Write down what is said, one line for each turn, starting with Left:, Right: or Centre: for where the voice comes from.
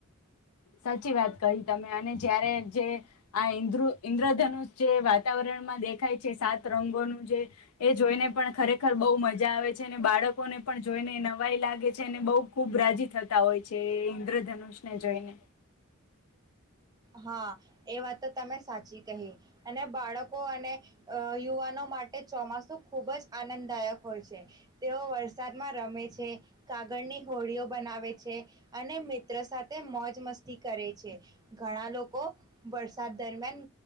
Left: સાચી વાત કહી તમે અને જયારે જે, આ ઈન્દ્રુ ઈન્દ્રધનુષ જે વાતાવરણમાં દેખાય છે સાત રંગોનું જે, એ જોઈને પણ ખરેખર બહુ મજા આવે છે અને બાળકોને પણ જોઈને નવાઈ લાગે છે અનેને બહુ ખૂબ રાજી થતા હોય છે એ ઈન્દ્રધનુષને જોઈને.
Right: હા, એ વાત તો તમે સાચી કહી, અને બાળકો અને યુવાનો માટે ચોમાસું ખુબ જ આનંદદાયક હોય છે, તેઓ વરસાદમાં રમે છે. છે. કાગળની હોડીઓ બનાવે છે, અને મિત્ર સાથે મોજ મસ્તી કરે છે. ઘણા લોકો, વરસાદ દરમિયાન